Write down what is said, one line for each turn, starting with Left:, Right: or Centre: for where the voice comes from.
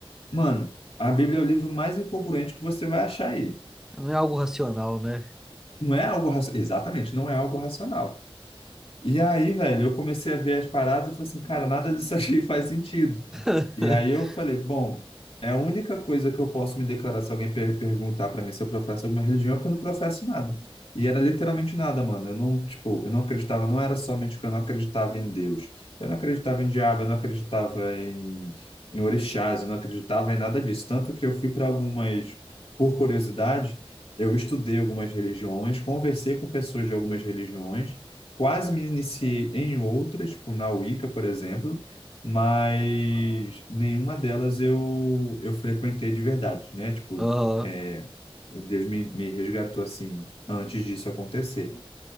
Left: mano, a Bíblia é o livro mais incongruente que você vai achar aí.
Centre: Não é algo racional, né?
Left: Não é algo racional. Exatamente, não é algo racional. E aí, velho, eu comecei a ver as paradas e falei assim, cara, nada disso aqui <laughs> faz sentido.
Centre: <laughs>
Left: E aí eu falei, bom, é a única coisa que eu posso me declarar se alguém per perguntar para mim se eu professo alguma religião é que eu não professo nada. E era literalmente nada, mano. Eu não, tipo, eu não acreditava, não era somente que eu não acreditava em Deus. Eu não acreditava em diabo, eu não acreditava em, em orixás, eu não acreditava em nada disso. Tanto que eu fui para algumas, por curiosidade, eu estudei algumas religiões, conversei com pessoas de algumas religiões, quase me iniciei em outras, tipo na Wicca, por exemplo mas nenhuma delas eu, eu frequentei de verdade, né? Tipo,
Centre: Aham,
Left: é, Deus me, me resgatou assim antes disso acontecer.